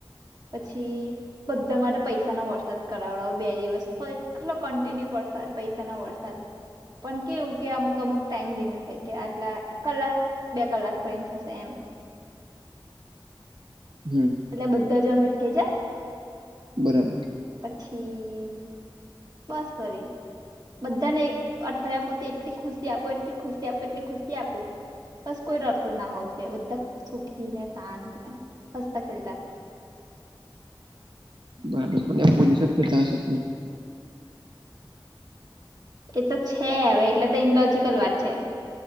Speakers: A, on the right; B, on the right.
A: પછી બધા માટે પૈસાનો વરસાદ કરાવડાવો બે દિવસ હોય કેટલો કન્ટિન્યુસ પૈસાના વરસાદ પણ કેવુ કે અમુક અમુક ટાઈમ લિમિટ હોય કે આટલા કલાક બે કલાક પરિંત થશે એમ
B: હમ્મ.
A: એટલે બધા જ અમીર થઇ જાય.
B: બરાબર
A: પછી બસ વરી બધાને અઠવાડિયા પૂરતી એટલી ખુશી આપો એટલી ખુશી આપો એટલી ખુશી આપો બસ કોઈ રડતું ના હોવ જોઇએ બધા સુખી ને શાંત ને હસતા ખેલતા
B: બરાબર <unintelligible> શક્યતા હશે
A: એ તો છે હવે એટલે તો ઇનલોજકલ વાત છે.